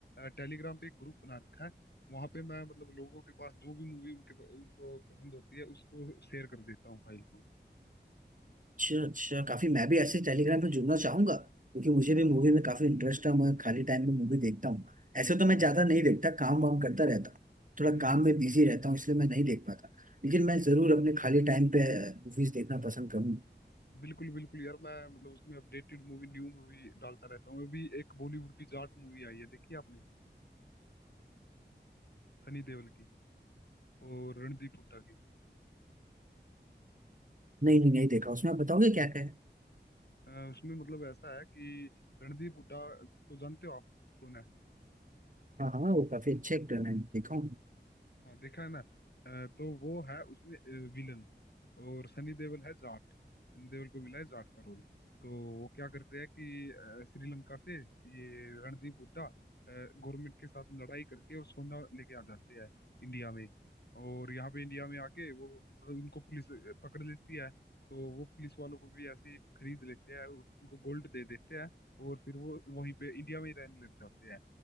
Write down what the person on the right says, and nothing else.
अच्छा अच्छा काफी मैं भी ऐसे टेलीग्राम पे जुड़ना चाहूंगा क्योंकि मुझे
भी मूवी में काफी इंटरेस्ट है मैं खाली टाइम में मूवी देखता हूँ ऐसे तो
मैं ज्यादा नहीं देखता काम वाम करता रहता हूँ थोड़ा
काम
में बिजी रहता हूँ इसलिए मैं नहीं देख पाता लेकिन मैं जरूर अपने खाली टाइम पे मूवीज देखना पसंद करूंगा
नहीं नहीं नहीं देखा उसमें आप बताओगे क्या क्या है
हाँ हाँ वो काफी अच्छे एक्टर हैं देखा हूँ